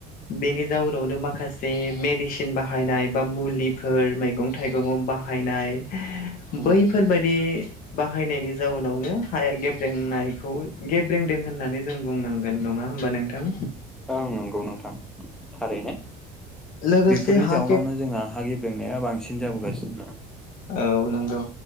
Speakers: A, on the left; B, in the centre.
A: बेनि जाउनावनो माखासे मेडिसिन बाहायनाय बा मुलिफोर मैगं थाइगंआव बाहाय हायनाय
B: उम
A: बैफोरबायदि बाहायनायनि जाउनावनो हाया गेब नायखौ गेब्रेंदों होननानै जों बुंनांगोन नङा होमबा नोंथां।
B: ओं नंगौ नोंथां थारैनो
A: लोगोसे
B: बेफोरनि
A: हा
B: जाउनावनो
A: गेब
B: जोंहा हा गेब्रेंनाया बांसिन जाबोगासिनो दं।
A: औ नंगौ